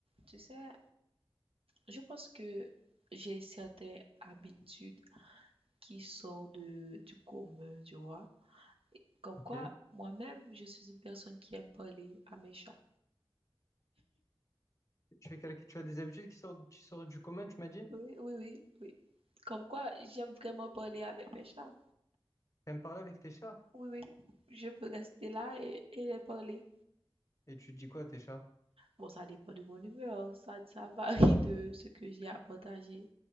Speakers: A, on the right (about 80°); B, on the left (about 30°).
A: Tu sais, je pense que j'ai certaines habitudes qui sortent de, du commun, tu vois. Comme
B: Ok.
A: quoi, moi-même, je suis une personne qui aime parler à mes chats.
B: Tu es quelqu'un- tu as des habitudes qui sortent, qui sortent du commun, tu m'as dit?
A: Oui, oui, oui, oui. Comme quoi, j'aime vraiment parler avec mes chats.
B: T'aimes parler avec tes chats?
A: Oui, oui. Je peux rester là et, et les parler.
B: Et tu dis quoi à tes chats?
A: Bon, ça dépend de mon humeur. Ça, ça varie de ce que j'ai à partager.